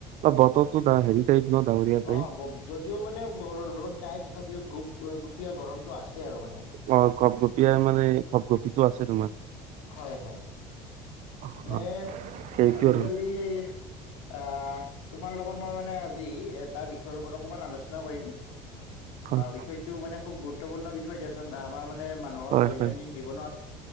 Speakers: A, on the right; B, on the left.
A: বতৰটো হেৰি টাইপ ন ডাৱৰীয়া টাইপ
B: অ যদিও মানে ৰ'দ নাই তথাপিও গুপ গুপীয়া গৰমতটো আছে আৰু মানে।
A: অ গপগপিয় মানে গপ গপিটো আছে তোমাৰ
B: হয় হয়
A: অ
B: মানে
A: সেইটো
B: আজিকালি
A: আৰু
B: সেই আহ তোমাৰ লগত মই মানে আজি এটা বিষয়ৰ ওপৰত অকমান আলোচনা কৰিম
A: হয়
B: বিষয়টো মানে খুব গুৰুত্বপূৰ্ণ বিষয় দিয়াচোন আমাৰ মানে মানুহৰ
A: হয়
B: দৈনন্দিন
A: হয়
B: জীৱনত